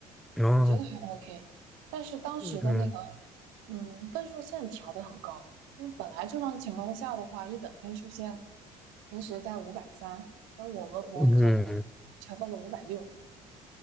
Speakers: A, in the centre; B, on the right.
A: 哦，
B: 我觉得还 OK，但是当时的那个，
A: 嗯
B: 嗯，分数线调得很高，因为本来正常情况下的话，一本分数线平时在五百三，然后我们我考那个调到了五百六。
A: 嗯，